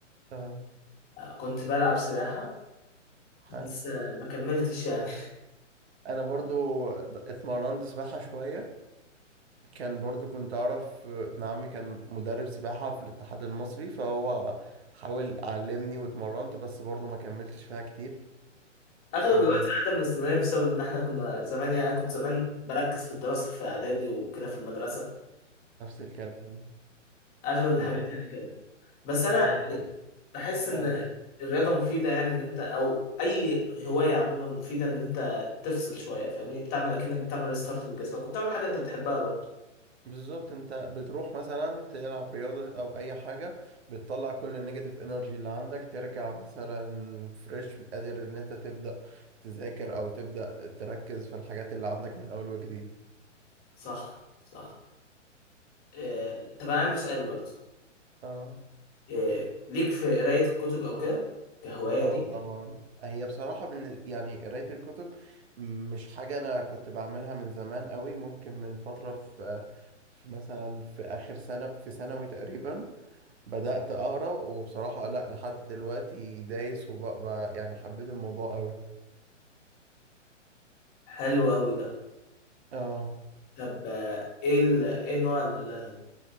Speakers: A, on the right; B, on the left.
A: اه
B: كنت بلعب سباحة
A: حلو
B: بس ما كملتش يعني
A: انا برضو اتمرنت سباحة شوية كان برضو كنت اعرف ابن عمي كان مدرب سباحة في الاتحاد المصري فهو حاول علمني واتمرنت بس برضو ما كملتش فيها كتير
B: <laughs> اغلب
A: ونفس
B: الوقت عدم من الاستمرارية بسبب ان احنا كنا زمان يعني انا كنت زمان بركز في الدراسة في اعدادي وكده في المدرسة
A: الكلام
B: فاغلب الحاجات
A: انت
B: يعني كده بس انا
A: اه مطلوب
B: بحس ان
A: اه
B: الرياضة مفيدة يعني ان انت او اي هواية عموما مفيدة ان انت تفصل شوية فاهمني بتعمل اكنك بتعمل ريستارت لجسمك وبتعمل حاجة انت بتحبها برضه
A: بالظبط انت بتروح مثلا تلعب رياضة او اي حاجة بتطلع كل النيجاتيف انرجي اللي عندك ترجع مثلا فريش قادر ان انت تبدأ تذاكر او تبدأ تركز في الحاجات اللي عندك من اول وجديد
B: صح صح إيه... طب انا عندي سؤال برضه
A: اه
B: إيه... ليك في قراية الكتب او كده كهواية
A: اه
B: ليك
A: طبعا هي بصراحة بن... يعني قراية الكتب مش حاجة انا كنت بعملها من زمان قوي ممكن من فترة في في مثلا في اخر سنة في ثانوي تقريبا بدأت أقرأ وبصراحة لأ لحد دلوقتي دايس وبقى يعني حبيت الموضوع قوي
B: حلو قوي ده
A: اه
B: طب آه، ايه ال... ايه نوع ال-